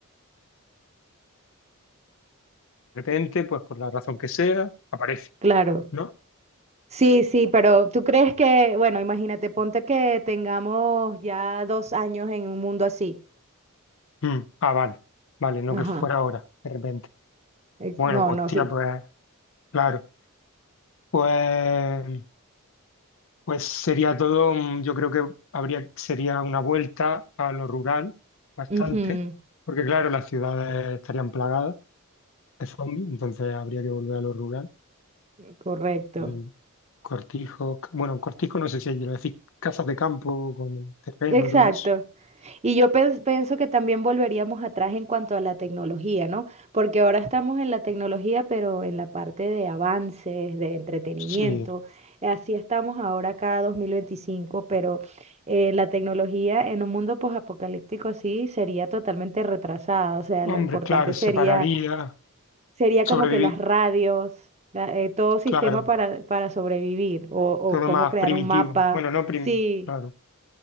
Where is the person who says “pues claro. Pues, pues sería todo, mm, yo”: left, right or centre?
Left